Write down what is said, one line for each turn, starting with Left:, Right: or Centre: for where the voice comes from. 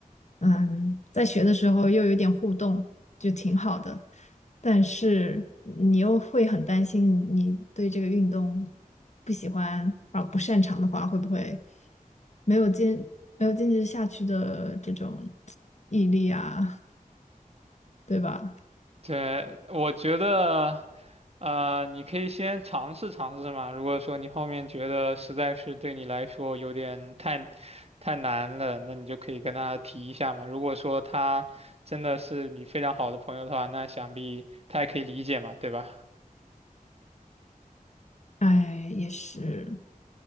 Left: 嗯，在学的时候又有点互动，就挺好的。但是你又会很担心，你对这个运动不喜欢啊不擅长的话，会不会没有坚没有坚持下去的这种毅力啊，对吧？
Right: 对，我觉得，呃，你可以先尝试尝试嘛。如果说你后面觉得实在是对你来说有点太太难了，那你就可以跟他提一下嘛。如果说他真的是你非常好的朋友的话，那想必他也可以理解嘛，对吧？
Left: 哎，也是，